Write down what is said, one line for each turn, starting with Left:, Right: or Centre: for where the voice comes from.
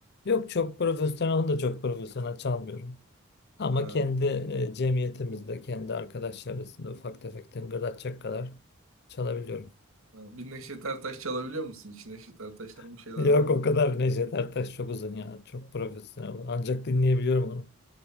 Left: Yok çok profesyonel onu da çok profesyonel çalmıyorum. Ama
Right: Ha,
Left: kendi e, cemiyetimizde, kendi arkadaşlar arasında ufak tefek tıngırdatacak kadar çalabiliyorum.
Right: ha. Bir Neşet Ertaş çalabiliyor musun? Hiç Neşet Ertaş'tan
Left: <laughs>
Right: bir şeyler
Left: Yok
Right: var mı?
Left: o kadar Necdet Ertaş çok uzun ya. Çok profesyonel. Ancak dinleyebiliyorum onu.